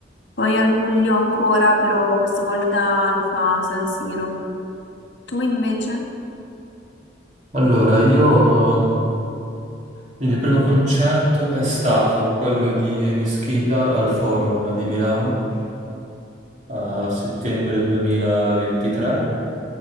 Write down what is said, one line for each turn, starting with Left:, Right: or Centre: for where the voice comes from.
Left: poi a luglio ancora, però questa volta lo fa a San Siro. Tu invece?
Right: Allora, io Quindi il primo concerto è stato quello di Amy Schilla al Forum di Milano a settembre 2023,